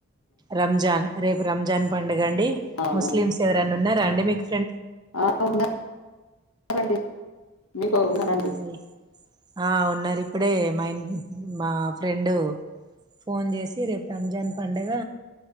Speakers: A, on the right (about 20°); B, on the left (about 85°).
A: రంజాన్. రేపు రంజన్ పండ గండి
B: అవును
A: ముస్లిమ్స్ ఎవరన్నా ఉన్న అండమిక్
B: ఆ ఉన్నా రండి మీకుగున్నారంండి
A: అవున్నాయి ఆ ఉన్నారు ఇప్పుడే మా మా ఫ్రెండు ఫోన్ చేసి రేపు రంజాన్ పడుగ